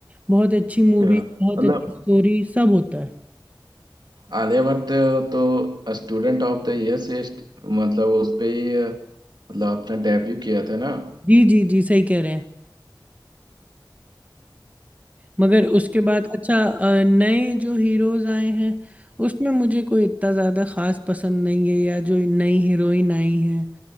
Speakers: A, on the right; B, on the right.
A: बहुत अच्छी मूवी
B: हाँ,
A: बहुत
B: मतलब
A: अच्छी स्टोरी सब होता है
B: आर्यभट्ट तो स्टूडेंट ऑफ द ईयर से स्ट- मतलब उस पे ही अ, मतलब अपना डेब्यू किया था ना
A: जी जी जी सही कह रहे हैं मगर उसके बाद अच्छा अ, नए जो हीरोज आए हैं उसमें मुझे कोई इतना ज़्यादा खास पसंद नहीं है या जो नई हीरोइन आई है